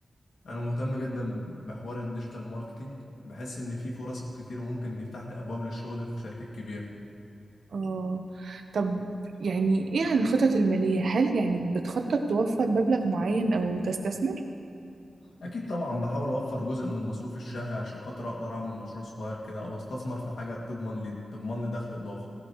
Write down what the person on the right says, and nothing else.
اه طب يعني ايه عن الخطط المالية هل يعني بتخطط توفر مبلغ معين او تستثمر